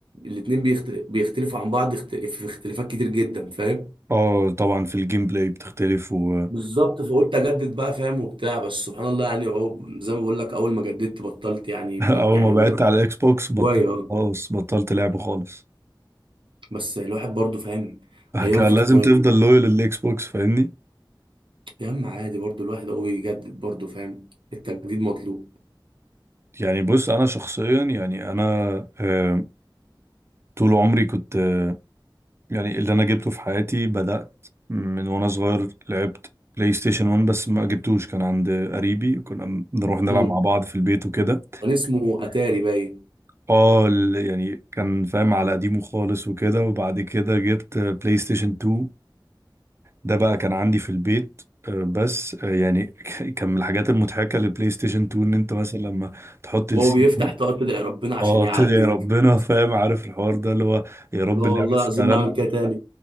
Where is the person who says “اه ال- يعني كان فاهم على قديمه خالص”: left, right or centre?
Right